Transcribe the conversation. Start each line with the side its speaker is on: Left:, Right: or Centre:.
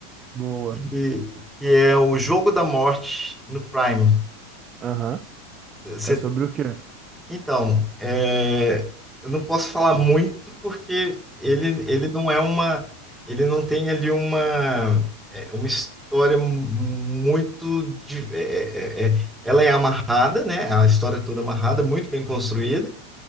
Right: Boa.
Centre: que, que é o Jogo da Morte no Prime.
Right: Aham.
Centre: Você-
Right: É sobre o quê?
Centre: então, é, eu não posso falar muito porque ele, ele não é uma, ele não tem ali uma, é, uma história muito, de- é, é, é, ela é amarrada, né? A história é toda amarrada, muito bem construída.